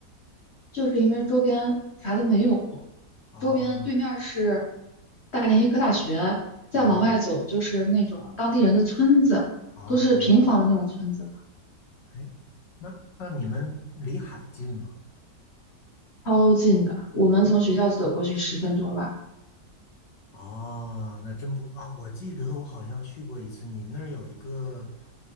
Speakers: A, on the left; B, on the left.
A: 就是因为周边啥都没有，
B: 哦
A: 周边对面儿是大连医科大学，再往外走就是那种当地人的村子，
B: 哦哦，
A: 都是平房的那种村子嘛
B: 哎，那那你们离海近吗？
A: 超近的。我们从学校走过去十分钟吧。
B: 哦，那真不啊，我记得我好像去过一次，你们那儿有一个